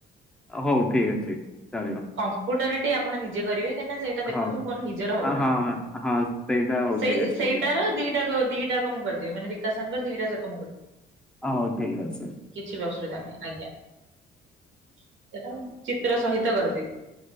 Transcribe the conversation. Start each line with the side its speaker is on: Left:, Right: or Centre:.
Centre: ହଉ ଠିକ ଅଛି ଚଳିବ।
Right: କମ୍ପ୍ୟୁଟର ଟି ଆପଣ ନିଜେ କରିବେ। କାଇଁ ନା ସେଇଟା ଦେଖନ୍ତୁ
Centre: ହଉ
Right: ମୋର ନିଜର ହବ
Centre: ହଁ
Right: ନାଇ
Centre: ହଁ ହଁ ସେଇଟା ହଉ
Right: ସେଇ
Centre: ଠିକ ଅଛି
Right: ସେଇଟାର
Centre: ମୁଁ ଲେଖିଦେବି।
Right: ଦି ଦଟା ଦିଟା ଯାକ ମୁଁ କରିଦେବି ମାନେ ବିକାଶ ସାର ଙ୍କର ଦିଟା ଯାକ ମୁଁ କରିିବି।
Centre: ହଉ ଠିକ୍ ଅଛି।
Right: କିଛି ବି ଅସୁବିଧା ନାଇ ଆଜ୍ଞା ସେଇଟା ମୁଁ ଚିତ୍ର ସହିତ କରିଦେବି।